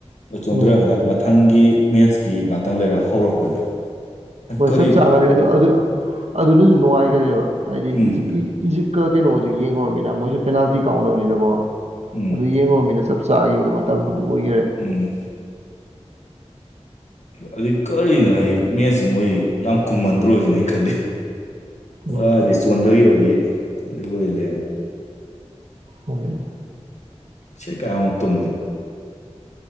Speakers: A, on the left; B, on the right.
A: ꯆꯣꯟꯗ꯭ꯔꯃꯤꯅ
B: ꯎꯝ
A: ꯃꯊꯪꯒꯤ ꯃꯦꯠꯁꯀꯤ ꯉꯥꯛꯇꯪ ꯂꯩꯔꯒ ꯍꯧꯔꯛꯄꯅꯦꯕ ꯑꯩ
B: ꯍꯣꯏ
A: ꯀꯔꯤꯅꯣ
B: ꯆꯞ ꯆꯥꯈꯔꯦ ꯑꯗꯨ ꯑꯗꯨ ꯑꯗꯨꯅꯁꯨ ꯅꯨꯡꯉꯥꯏꯈꯔꯦꯕ ꯍꯥꯏꯗꯤ
A: ꯎꯝ
B: ꯏꯖꯤꯞꯀ ꯀꯩꯅꯣꯗꯨ ꯌꯦꯡꯈꯨꯔꯃꯤꯅ ꯃꯣꯏꯁꯨ ꯄꯦꯅꯥꯜꯇꯤ ꯀꯥꯎꯅꯕꯅꯤꯅꯀꯣ
A: ꯎꯝ
B: ꯑꯗꯨ ꯌꯦꯡꯈꯨꯔꯃꯤꯅ ꯆꯞ ꯆ ꯆꯥꯈꯤꯕꯗꯣ ꯃꯇꯝ ꯑꯗꯨ ꯑꯣꯏꯈꯔꯦ
A: ꯎꯝ ꯑꯗꯨ ꯀꯔꯤꯅꯣ ꯍꯥꯏꯗꯤ ꯃꯦꯠꯁꯦ ꯃꯣꯏ ꯌꯥꯝ ꯀꯨꯝꯃꯟꯗ꯭ꯔꯣꯁꯤꯅ ꯑ ꯈꯜꯂꯤ
B: ꯎꯝ
A: ꯍꯥꯏꯗꯤ ꯆꯣꯟꯊꯈꯤꯕꯒꯤ ꯑꯗꯨꯒꯤ ꯑꯣꯏ ꯂꯩꯔꯝꯃꯦ
B: ꯍꯦ
A: ꯁꯤꯦ ꯀꯨ ꯇꯨ